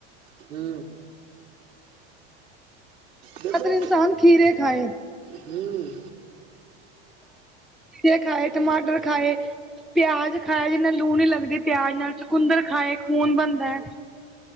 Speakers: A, on the right (about 65°); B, in the centre.
A: ਹੂੰ, ਦੇਖੋ
B: ਅਗਰ ਇਨਸਾਨ ਖੀਰੇ ਖਾਏ।
A: ਹੂੰ,
B: ਖੀਰੇ ਖਾਏ, ਟਮਾਟਰ ਖਾਏ। ਪਿਆਜ ਖਾਇਆ, ਜਿੰਨਾ ਲੂਣ ਨੀ ਲੱਗਦੀ ਪਿਆਜ਼ ਨਾਲ ਚਕੁੰਦਰ ਖਾਏ। ਖੂਨ ਬਣਦਾ ਹੈ,